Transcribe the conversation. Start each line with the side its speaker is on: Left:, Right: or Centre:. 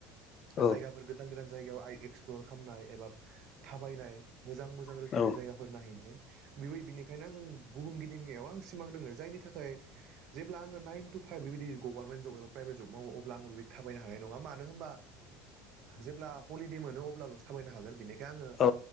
Left: औ
Right: जायगाफोर गोदान गोदान जायगायाव आइ एक्सप्लर खालामनाय एबा थाबायनाय मोजां मोजां
Left: औ
Right: रोखोमनि
Left: औ
Right: जायगा। नायहैनाय बिनिखायनो आं बुहुम गिदिंनायाव आं सिमां दोङो जायनि थाखाय जेब्ला आङो नाइन टु फाइभ बिबायदि गभार्मेट जब एबा फ्राइबेट जब मावो अब्ला आं बिबदि थाबायनो हानाय नङा मानो होनबा जेब्ला हलिदे मोनो अब्लाल'सो थाबायनो हागोन बेनिखायनो आङो
Left: औ